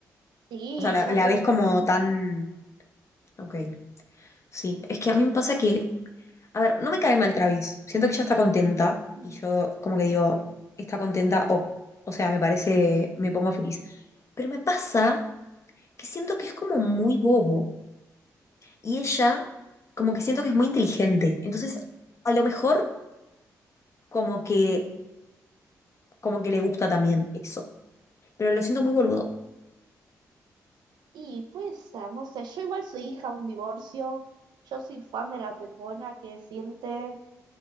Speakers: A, on the right; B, on the left.
A: Sí,
B: O sea, la,
A: yo
B: la
A: creo
B: ves como
A: que sí.
B: tan... Ok, sí. Es que a mí me pasa que... A ver, no me cae mal Travis. Siento que ella está contenta
A: Mm.
B: y yo como que digo, está contenta o... O sea, me parece, me pongo feliz. Pero me pasa que siento que es como muy bobo y ella como que siento que es muy inteligente. Entonces, a lo mejor como que, como que le gusta también eso. pero lo siento muy boludo.
A: Y pues, ser, no sé, yo igual soy hija de un divorcio, yo soy fan de la Pepona, que decirte,